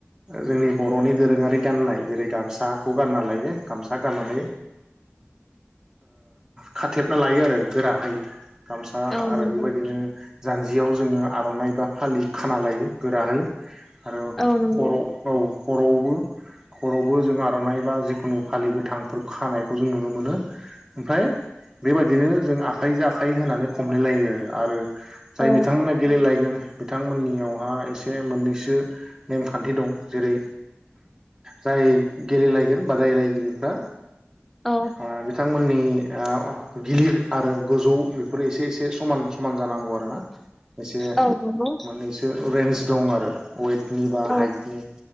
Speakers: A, on the right; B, in the centre.
A: जोंनि बरनि दोरोङारि गाननाय जेरै गामसाखौ गानना लायो गामसा गाननानै खाथेबना लायो आरो गोराहै। गामसा
B: औ
A: आरो
B: नंगौ
A: बेबायदिनो जान्जियाव जोङो आरनाइ बा फालि खाना लायो गोराहै आरो
B: औ नंगौ
A: खराव औ खरावबो खर'बो जों आरनाइ बा जिखुनु फालि गोथांफोर खानायखौ जों नुनो मोनो ओमफ्राय बेबायदिनो जों आखाइजों आखाइ होनानै खमलाय लायो आरो आरो जाय
B: औ
A: बिथांमोना गेलेलायगोन बिथांमोननियावहा एसे मोननैसो नेमखान्थि दं जेरै जाय गेलेलायगोन बादायलायगिरिफ्रा
B: औ
A: ओ बिथांमोननि ओ गिलिर आरो गोजौ बेफोरो एसे एसे समान समान जानांगौ आरो ना एसे
B: औ नंगौ
A: मोननैसो रेन दं आरो वेट नि बा
B: औ
A: हाइटनि